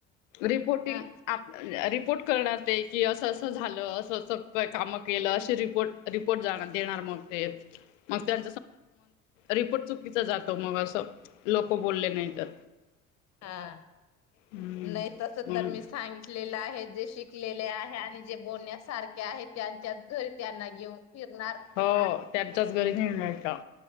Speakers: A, on the left; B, on the left.
A: रिपोर्ट
B: हा
A: करणार ते की असं असं झालं असं असं कामं केलं असे रिपोर्ट रिपोर्ट जा देणार मग ते मग त्यां रिपोर्ट चुकीच जातो मग असं. लोक बोलले नाही तर
B: हा.
A: हम्म
B: नाही तस
A: हम्म
B: तर मी सांगित लेलं आहे जे शिकलेले आहे आणि जे बोलण्यासारखे आहे त्यांच्याच घरी त्यांना घेऊन फिरणार
A: हो त्यांच्याच घरी नाही मि का?